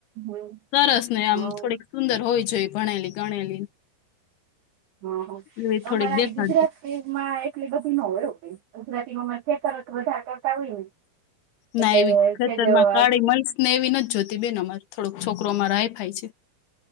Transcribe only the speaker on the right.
હમ
હા
હા
અમારે અહીં
ગુજરાતી એટલી બધી ન હોય હો ગુજરાતી માં ખેતરજ વધારે કરતા હોય ને એટલે
સેજ આવી.